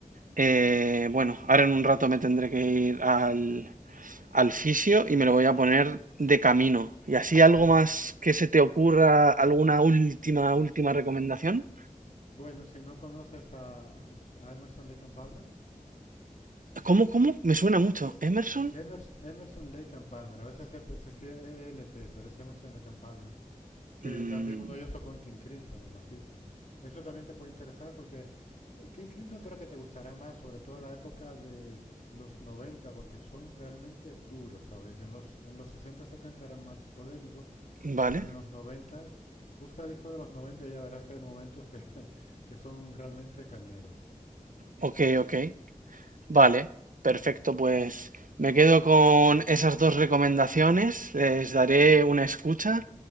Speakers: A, on the right; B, on the left.
A: eh, bueno, ahora en un rato me tendré que ir al, al fisio y me lo voy a poner de camino. ¿Y así algo
B: Pues,
A: más que se te ocurra, alguna última, última recomendación?
B: bueno, si no conoces a, a- a Emerson Lake and Palmer,
A: ¿Cómo, cómo? Me suena mucho.
B: eh,
A: ¿Emerson?
B: Emers- Emerson Lake and Palmer, a veces se, se escribe ELP, pero es Emerson Lake and Palmer, que
A: Mm,
B: también uno de ellos tocó en King Crimson, el bajista. Eso también te puede interesar porque King Crimson creo que te gustará más, sobre todo la época de los 90 porque son realmente duros, ¿sabes? En los, en los 60 70 eran más psicodélicos,
A: vale,
B: pero en los 90 busca discos de los 90 y ya verás que hay momentos que, <laughs> que son realmente cañeros.
A: ok, ok. Vale, perfecto. Pues me quedo con esas dos recomendaciones, les daré una escucha